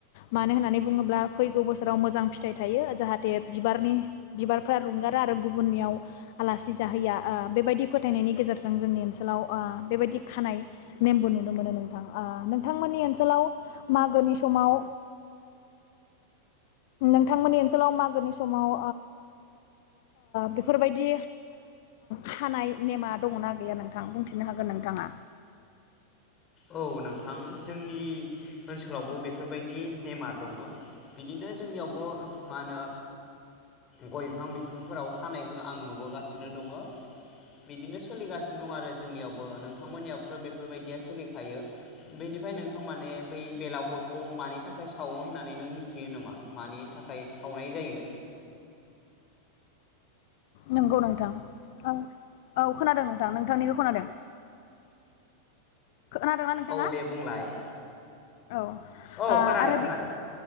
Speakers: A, on the left (about 50°); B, on the left (about 30°).
A: मानो होननानै बुङोब्ला फैगौ बोसोराव मोजां फिथाइ थायो जाहाथे बिबारनि बिबारफ्रा रुंगारा आरो गुबुननियाव आलासि जाहैया बेबायदि फोथायनायनि गेजेरजों जोंनि ओनसोलाव बेबायदि खानाय नेमबो नुनो मोनो नोंथां नोंथांमोननि ओसोलाव ओनसोलाव मागोनि समाव नोंथांमोननि ओनसोलाव मागोनि समाव बेफोरबायदि खानाय नेमा दङ ना गैया नोंथां बुंथिनो हागोन नोंथाङा
B: औ नोंथां जोंनि ओनसोलावबो बेफोरबायदि नेमा दङ बिदिनो जोंनियावबो मा होनो गय बिफां बिफांफोराव खानायखौ आं नुबोगासिनो दङ बिदिनो सोलिगासिनो दं आरो जोंनियावबो नोंथांमोननियाबोथ' बेफोरबायदिया सोलि थायो बेनिफ्राय नोंथां माने बै बेलाावगुरखौ मानि थाखाय सावो होननानै नों मिथियो नामा मानि थाखाय सावनाय जायो
A: नोंगौ नोंथां औ औ खोनादों नोंथां नोंथांनिखौ खोनादों। खोनादोंना नोंथाङा
B: औ दे बुंलाय
A: औ ओ
B: औ
A: आरो
B: खोनादो खोनादो
A: बि